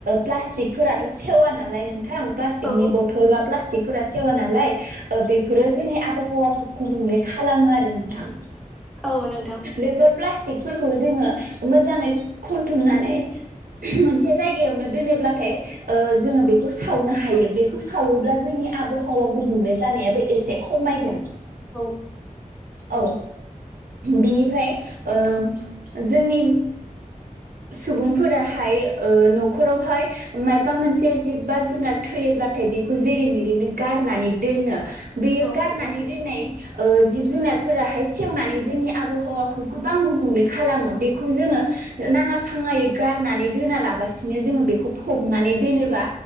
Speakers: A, on the right; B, in the centre.
A: प्लास्टिकफोराथ' सेवा नालाय नोंथां प्लाक
B: औ
A: नि बथल बा प्ला थिगफोरा सेवा नालाय बेफोरो जोंनि आबौ हौवा गुबुंले खालामो आरो नोंथां
B: औ नोंथां
A: बेफोर प्लाटिक फोरखौ जोङो मोजाङै कनथुमनानै मोनसे जायगायाव नो दोनो बाथाइ ओ जोङो बेखौ सावनो हायो बे बेखौ सावोब्ला जोंनि आबहावा गुबदुंले जानायाबो एसे खमायगोन।
B: औ
A: औ बिनिफ्राय ओ जोंनि सुबुंफोराहाय ओ न'खरावहाय मायाबा मोनसे जिबबा जुनार थैयोब्लाथाय बेखौ जेरै मेरैनो गारनानै दोनो बेयो
B: औ
A: गारनानै
B: नोंथां
A: दोननाय ओ जिब जुनार फोराहाय सेवनानै जोंनि आबहावाखौ गोबां गुबुंले खालामो बेखौ जोङो नाङा फाङायै गारनानै दोना लाबसिनो जोङो बेखौ फबनानै दोनोबा